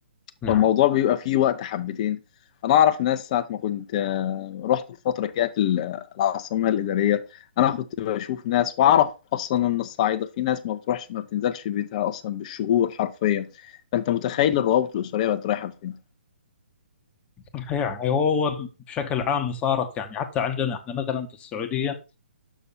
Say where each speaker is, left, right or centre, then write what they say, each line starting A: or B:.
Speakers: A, on the left; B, on the left.
A: نعم
B: فالموضوع بيبقى فيه وقت حبتين انا اعرف ناس ساعه ما كنت آه، رحت في فتره كانت ال- العاصمه الاداريه انا كنت بشوف ناس واعرف اصلا ان الصعيده في ناس ما بتروحش ما بتنزلش بيتها اصلا بالشهور حرفيا فانت متخيل الروابط الاسريه بقت رايحه لفين
A: صحيح هو بشكل عام صارت يعني حتى عندنا احنا مثلا في السعوديه